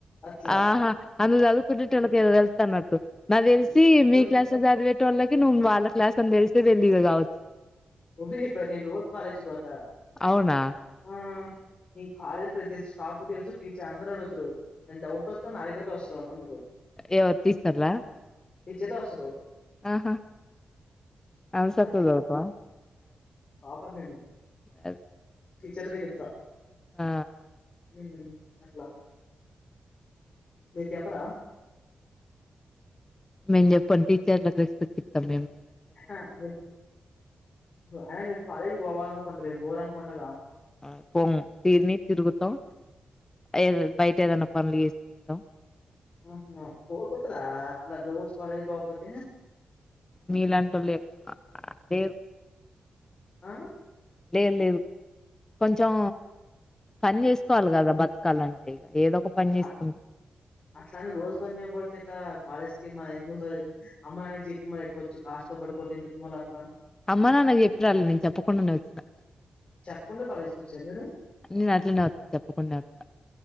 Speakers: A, on the left; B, on the left.
A: అట్లా
B: ఆహా అల్లా సదువుకున్నాటోలేకే తేలు న్నట్టు నా తెలిసి
A: ఆ
B: మీ క్లాస్ లో చదివే తొటోలకు నువ్వు వాళ్ళ క్లాస్ అన్ని తెలుసో తిలియదో కావచ్చు,
A: ఊ పని నేను రోజు కాాలేజ్కి పోతా
B: అవునా
A: హ నేను కాలేజీ ప్రతి స్టాఫ్ కు తెలుసు టీచర్ అందరు అడుగుతారు ఏమన్నా డౌట్ వస్తే నా దగ్గరకి వస్తారు వాళ్ళు అందరూ,
B: ఎవత్ తీసాల
A: టీచర్లే వస్తారు
B: ఆహా అంతా సక్కగా
A: అసలా
B: సదువుతావా
A: టాపర్ నేను
B: అదే
A: టీచర్లకే చెప్తా
B: ఆ
A: హు అట్లా మీరు చెప్పారా,
B: నిను చెప్పాను టీచర్లకు రెస్పెక్ట్ ఇతం
A: అహ మీరు అయినా మీరు కాలేజ్ పోవాల అనుకుంట రేపు, పోరు అనుకుంటాగా,
B: ఆ పోము తిని తిరుగుతం, ఏ బయట ఏదన్నా పనులు చేసుకుంటాం
A: హ బోర్ కొట్టదా అట్లా రోజ, కాలేజ్ పోకపోతే
B: మీలాంటి ఒళ్ళు ఎక్కువ లేరు
A: ఆ
B: ఎ లేదు కొంచెం పని చేసుకోవాలి కదా బతకాలంటే ఏదో ఒక పని చేసుకుంట
A: అట్లా అట్లా అని రోజు పనిలేపోతే ఎట్ల కాలేజ్ మన ఎందుకు స అమ్మా నాన్నకు చెప్పి మల్ల ఇడికి కొచ్చి హాస్టల్లో పడుకోవడం ఎందుకు మల్ల అట్లా,
B: అమ్మ నాన్న చెప్పి రలే నేను చెప్పకుండానే వచ్చినా
A: చెప్పకుండా కాలేజ్కి వచ్చారా మీరు
B: నేను అట్లనే వస్తా చెప్పకుండా వస్తా